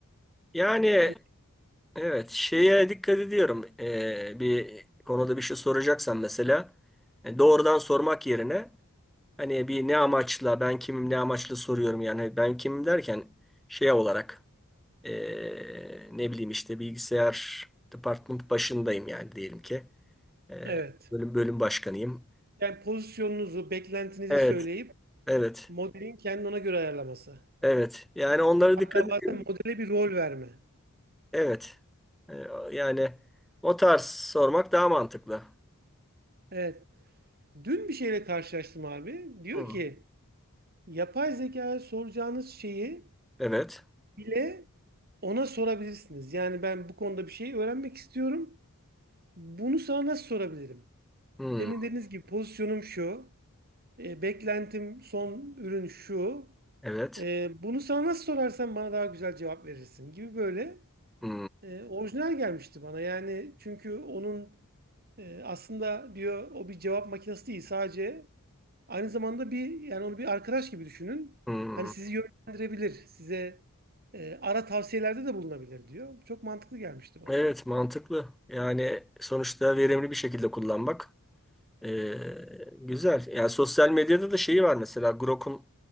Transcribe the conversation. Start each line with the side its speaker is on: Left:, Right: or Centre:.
Centre: Yani
Right: Hani
Centre: evet şeye dikkat ediyorum. Ee, bir konuda bir şey soracaksan mesela e, doğrudan sormak yerine hani bir ne amaçla ben kimim ne amaçla soruyorum yani ben kimim derken şey olarak Ee, ne bileyim işte bilgisayar department başındayım yani diyelim ki. Ee,
Right: evet.
Centre: bölüm bölüm başkanıyım.
Right: Yani pozisyonunuzu, beklentinizi
Centre: Evet,
Right: söyleyip
Centre: evet,
Right: modelin kendini ona göre ayarlaması.
Centre: evet. Yani onlara
Right: Hatta
Centre: dikkat edin.
Right: bazen modele bir rol verme.
Centre: Evet. Ee, yani o tarz sormak daha mantıklı.
Right: Evet. Dün bir şeyle karşılaştım abi. Diyor
Centre: Hı,
Right: ki yapay zekaya soracağınız şeyi
Centre: Evet.
Right: bile ona sorabilirsiniz. Yani ben bu konuda bir şey öğrenmek istiyorum. Bunu sana nasıl sorabilirim?
Centre: Hı,
Right: Demin dediğiniz gibi pozisyonum şu. e, beklentim son ürün şu.
Centre: Evet.
Right: e, bunu sana nasıl sorarsam bana daha güzel cevap verirsin gibi böyle.
Centre: Hı,
Right: E, orijinal gelmişti bana yani çünkü onun e, aslında diyor o bir cevap makinesi değil sadece aynı zamanda bir yani onu bir arkadaş gibi düşünün.
Centre: hı.
Right: Hani sizi yönlendirebilir, size e, ara tavsiyelerde de bulunabilir diyor. Çok mantıklı gelmişti bana.
Centre: Evet, mantıklı. Yani sonuçta verimli bir şekilde kullanmak. Ee, güzel. Yani sosyal medyada da şeyi var mesela Grok'un